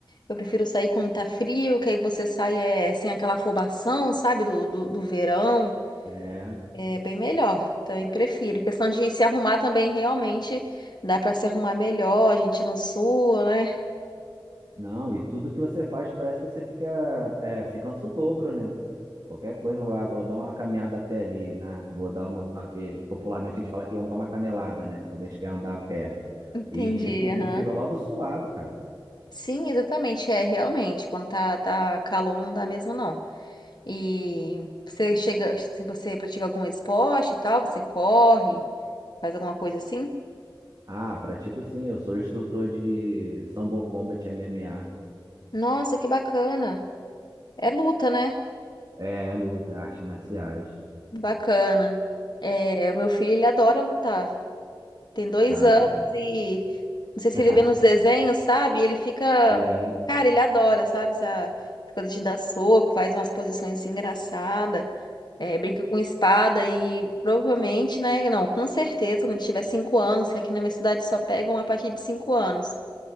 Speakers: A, on the left; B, on the right.
A: Eu prefiro sair quando tá frio, que aí você sai é, sem aquela afobação, sabe? Do, do, do verão.
B: É,
A: É bem melhor, também prefiro. Questão de se arrumar também, realmente dá para se arrumar melhor, a gente não sua, né?
B: não, e tudo que você faz parece que você fica, é, se cansa o dobro, né? Qualquer coisa, ah, vou dar uma caminhada até ali, né? Vou dar uma. que Popularmente a gente fala que vamos dar uma canelada, né? Quando a gente quer andar a pé.
A: <laughs> Entendi,
B: E, tipo,
A: aham.
B: tu fica logo suado, cara.
A: Sim, exatamente, é realmente. Quando tá, tá calor, não dá mesmo, não. E você chega, se você pratica algum esporte e tal, você corre, faz alguma coisa assim?
B: Ah, pratico sim, eu sou instrutor de Sambo Combat MMA.
A: Nossa, que bacana! É luta, né?
B: É, é luta, é artes marciais.
A: Bacana. É, o meu filho, ele adora lutar. Tem dois
B: Ah,
A: anos
B: é?
A: e não sei se
B: <laughs>
A: ele vê nos desenhos, sabe? Ele fica.
B: É.
A: Cara, ele adora, sabe? Essa essa coisa de dar soco, faz umas posições assim, engraçadas, é, brinca com espada e provavelmente, né? Não, com certeza, quando tiver cinco anos, que aqui na minha cidade só pegam a partir de cinco anos.